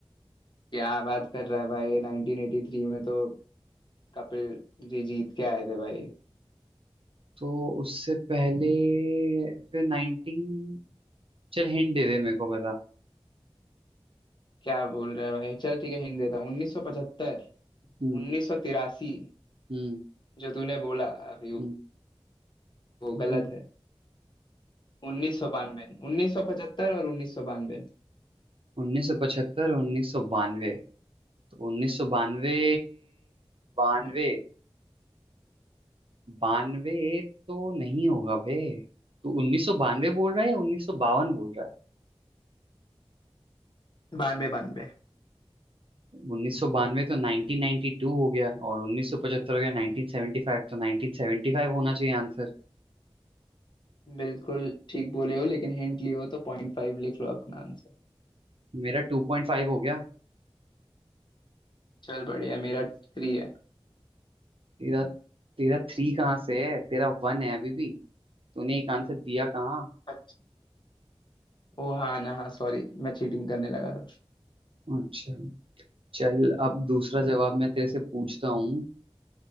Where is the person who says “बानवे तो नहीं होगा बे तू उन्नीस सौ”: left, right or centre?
Right